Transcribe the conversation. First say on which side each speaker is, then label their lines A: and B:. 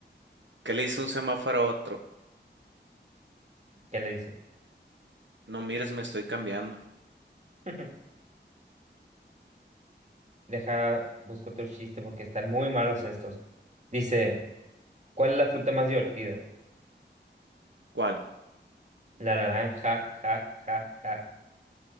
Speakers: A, on the right (about 85°); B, on the right (about 40°).
A: ¿Qué le hizo un semáforo a otro?
B: ¿Qué le dicen?
A: No mires, me estoy cambiando.
B: <laughs> Deja, busco otro chiste porque están muy malos estos. Dice, ¿cuál es la fruta más divertida?
A: ¿Cuál?
B: La naranja, ja, ja, ja.